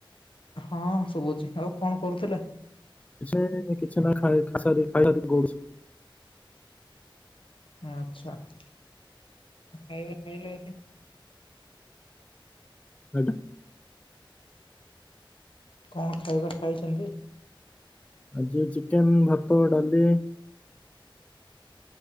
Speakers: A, on the left (about 75°); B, on the left (about 15°).
A: ହଁ ଶୁଭୁଚି ଆଉ କଣ କରୁଥିଲେ।
B: କିଛି କିଛି ନା ଖାଇାର ଖାଇାର ଗଡ଼ୁ
A: ଆଚ୍ଛା ଖାଇବା ଖାଇଲେ।
B: ଆଜ୍ଞା।
A: କଣ ଖାଇବା ଖାଇଚନ୍ତି।
B: ଆଜି ଚିକେନ ଭାତ ଡାଲି